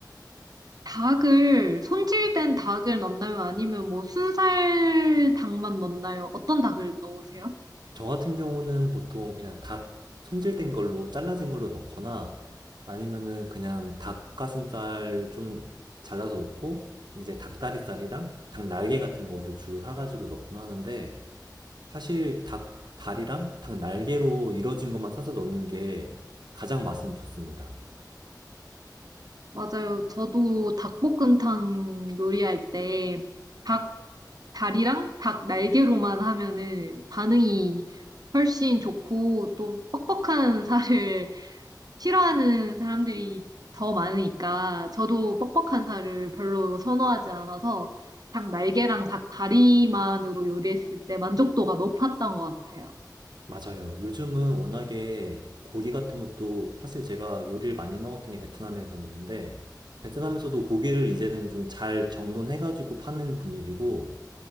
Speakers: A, on the right; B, on the right.
A: 닭을 손질된 닭을 넣나요? 아니면 뭐 순살 닭만 넣나요? 어떤 닭을 넣으세요?
B: 저 같은 경우는 보통 그냥 닭 손질된 걸로 잘라진 걸로 넣거나 아니면은 그냥 닭가슴살 좀 잘라서 넣고 이제 닭다리살이랑 닭 날개 같은 거를 주로 사가지고 넣곤 하는데 사실 닭 다리랑 닭 날개로 이루어진 것만 사서 넣는 게 가장 맛은 좋습니다.
A: 맞아요. 저도 닭볶음탕 요리할 때 닭 다리랑 닭 날개로만 하면은 반응이 훨씬 좋고 또 뻑뻑한 살을 싫어하는 사람들이 더 많으니까 저도 뻑뻑한 살을 별로 선호하지 않아서 닭 날개랑 닭 다리만으로 요리했을 때 만족도가 높았던 것 같아요.
B: 맞아요. 요즘은 워낙에 고기 같은 것도 사실 제가 요리를 많이 먹었던 게 베트남에서였는데 베트남에서도 고기를 이제는 좀 잘 정돈해가지고 파는 분위기고